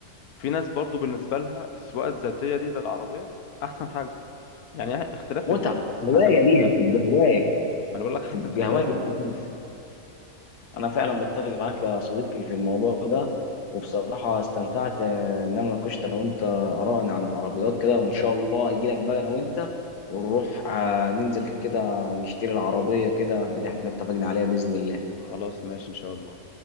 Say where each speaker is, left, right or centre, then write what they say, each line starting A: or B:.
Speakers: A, on the left (about 75°); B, on the left (about 85°).
A: في ناس برضو بالنسبه لها السواقه الذاتيه دي للعربيه احسن حاجه يعني اختلاف
B: متعه
A: الناس
B: هوايه
A: حسب اختلاف
B: ليها بتبقى
A: الناس
B: هوايه
A: ما انا بقول لك حسب
B: بتبقى
A: اختلاف
B: هوايه ليها.
A: الناس بس
B: انا فعلا بتفق معاك يا صديقي في الموضوع ده وبصراحه استمتعت آه، ان انا ناقشت انا وانت ارائنا عن العربيات كده وان شاء الله اجي لك بقى انا وانت ونروح آه، ننزل كده نشتري العربيه كده اللي احنا اتفقنا عليها باذن الله
A: خلاص ماشي ان شاء الله